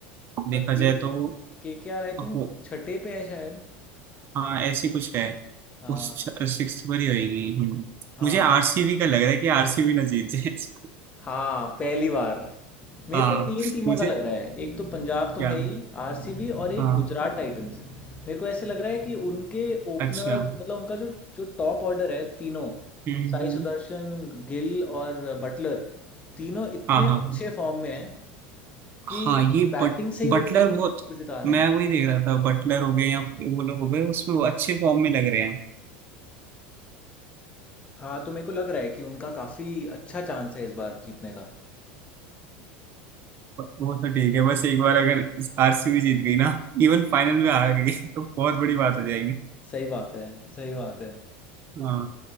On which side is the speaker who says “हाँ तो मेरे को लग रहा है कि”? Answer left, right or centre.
Left